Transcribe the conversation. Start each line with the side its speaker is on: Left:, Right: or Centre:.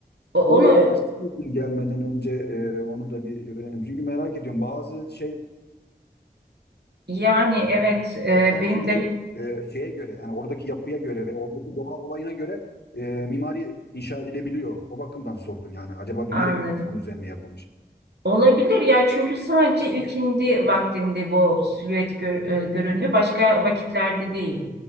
Right: O-
Left: Onu
Right: Onu
Left: bir araştırayım gelmeden önce e, onu da bir öğrenelim. Çünkü merak ediyorum bazı şeyler
Right: yani evet eh, benim
Left: çünkü
Right: de
Left: e, şeye göre yani oradaki yapıya göre ve oradaki doğa olayına göre e, mimari inşa edilebiliyor. O bakımdan sordum yani acaba binerek
Right: anladım.
Left: onun üzerine yapılmış.
Right: Olabilir ya çünkü sadece ilkindi vaktinde bu silüet gör- e, görünüyor. Başka vakitlerde değil.